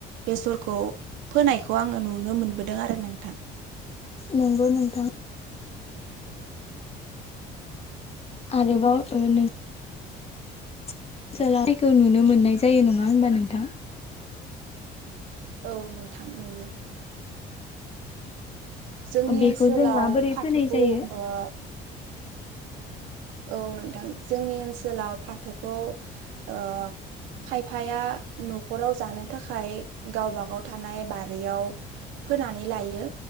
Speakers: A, on the right; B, on the left.
A: बेसरखौ फोनायखौ आङो नुनो मोनबोदों आरो नोंथां
B: नोंगौ नोंथां आरोबाव नों <unintelligible> जायखौ नुनो मोननाय जायो नङा होनबा नोंथां
A: औ नोंथां नुयो। जोंनि
B: बेखौ
A: ओनसोलाव
B: जों माबोरै
A: फाथोखौ
B: फोनाय जायो?
A: ओ औ नोंथां जोंनि ओनसोलाव फाथोखौ ओ खायफाया नखराव जानो थाखाय गावबागाव थानाय बारियाव फोनानै लायो